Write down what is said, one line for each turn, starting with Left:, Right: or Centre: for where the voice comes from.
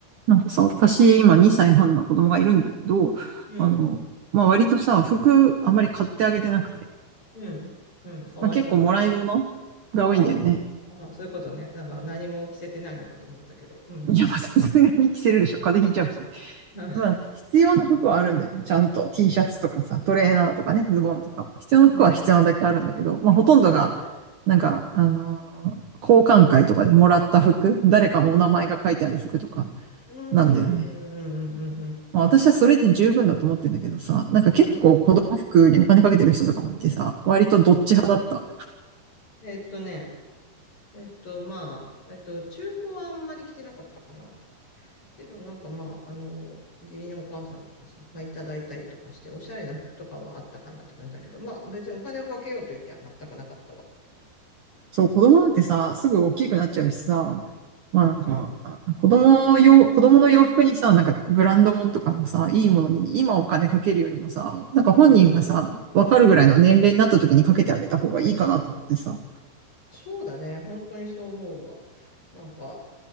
Right: なんかさ、私、今2歳半の子供がいるんだけど、
Left: うん、
Right: あの、まあ、割とさ、服あんまり買ってあげてなくて、
Left: うん、うん、かわいそうだね。
Right: まあ、結構もらい物が多いんだよね。
Left: あーあー、そういうことね。なんか何も着せてないのかと思ったけど。うん。
Right: <laughs> いや、まあ、さすがに着せるでしょ。風邪ひいちゃうし。
Left: あ、あ
Right: まあ、必要な服はあるんだよ。ちゃんと T シャツとかさ、トレーナーとかね、ズボンとか。必要な服は必要なだけあるんだけど、
Left: うん、
Right: まあ、ほとんどが、
Left: うん、
Right: なんか、あのー交換会とかでもらった服、誰かのお名前が書いてある服とか
Left: うん、うん、
Right: なんだよね。
Left: うん、うん、うん、うん、
Right: まあ私はそれで十分だと思ってんだけどさ、
Left: うん。
Right: なんか結構子供服にお金かけてる人とかもいてさ、
Left: うん
Right: 割とどっち派だった。
Left: えっとね、えっと、まあ、えっと、中古はあんまり着てなかったかな。けど、なんかまあ、あの、義理のお母さんとかさ、まあ、いただいたりとかして、おしゃれな服とかはあったかなって感じだけど、まあ、別にお金をかけようという気は全くなかったわ。
Right: そう、子供なんてさ、すぐ大きくなっちゃうしさ、まあなんか、
Left: うん、
Right: あ子供用、子供の洋服にさ、なんかブランド物とかのさ、いいものに今お金かけるよりもさ、なんか本人がさ、
Left: うん。
Right: わかるぐらいの年齢になった時にかけてあげた方がいいかなと思ってさ。
Left: そうだね。本当にそう思うわ。なんか、